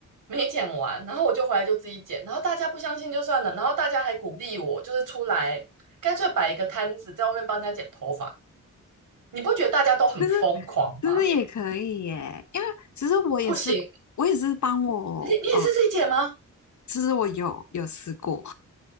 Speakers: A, on the right; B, on the left.
A: 没剪完，然后我就回来就自己剪，然后大家不相信就算了，然后大家还鼓励我，就是出来干脆摆一个摊子在外面帮人家剪头发，你不觉得大家都很疯狂吗？
B: 就是就是也可以耶、因为其实我也是我也是帮我，
A: 不行，你你也是自己剪吗？
B: 嗯、呃其实我有有试过，